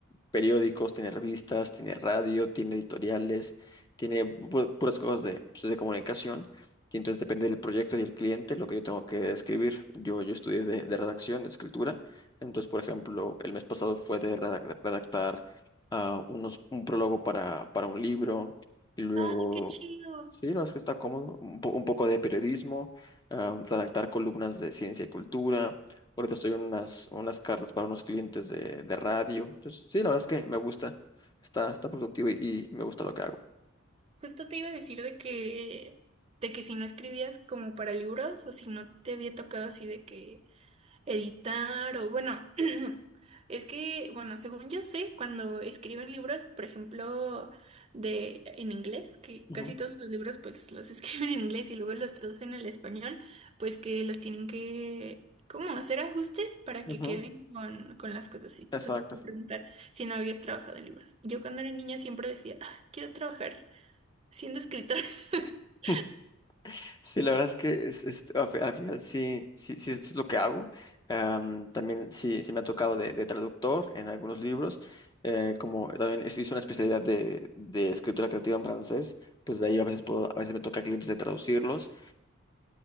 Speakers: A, on the left; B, on the right.
A: periódicos, tiene revistas, tiene radio, tiene editoriales, tiene pu- puras cosas de, pues, de comunicación. Y entonces depende del proyecto y el cliente lo que yo tengo que escribir. Yo, yo estudié de, de redacción, de escritura. Entonces, por ejemplo, el mes pasado fue de redac- redactar ah, unos, un prólogo para, para un libro y luego...
B: Ah, qué chido.
A: Sí, no, es que está cómodo. Un, po- un poco de periodismo, ah, redactar columnas de ciencia y cultura, Ahorita estoy en unas, unas cartas para unos clientes de, de radio. Entonces, sí, la verdad es que me gusta. Está, está productivo y, y me gusta lo que hago.
B: Justo te iba a decir de que, de que si no escribías como para libros o si no te había tocado así de que Editar o bueno, <clears throat> es que, bueno, según yo sé, cuando escriben libros, por ejemplo, de en inglés, que casi
A: Ujú,
B: todos los libros pues los <laughs> escriben en inglés y luego los traducen al español, pues que los tienen que como hacer ajustes para
A: ujú.
B: que queden con, con las cosas. Y
A: Exacto.
B: justo te preguntar si no habías trabajado en libros. Yo cuando era niña siempre decía, "Ah, quiero trabajar siendo escritora. <laughs>
A: <laughs> Sí, la verdad es que es, es- al, fi- al final sí, sí, sí, es lo que hago. Am, también sí, sí me ha tocado de, de traductor en algunos libros, eh, como también es- hice una especialidad de, de escritura creativa en francés, pues de ahí a veces puedo, a veces me toca clientes de traducirlos.